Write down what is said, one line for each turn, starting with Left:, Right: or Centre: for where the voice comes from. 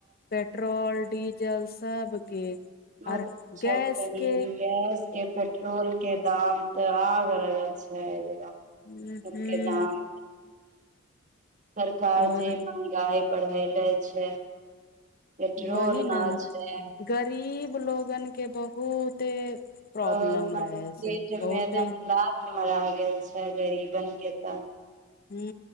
Left: पेट्रोल डीजल सबके
Right: मत
Left: आर
Right: पूछअ
Left: गैस
Right: बहिन
Left: के
Right: गैस के पेट रल ट्रोल के दाम तऽ अगरगल छै एकदम सबके
Left: हूँ हूँ
Right: दाम सरकार
Left: और
Right: जे महंगाई बढ़ैले छै पेट्रोल
Left: वही ने
Right: न छै
Left: गरीब लोगन के बहुते प्रॉब्लम
Right: बहुतना
Left: रहै छै
Right: पेट
Left: बहुते
Right: मे त लत मरा गेल छै गरीबनक के तऽ
Left: ह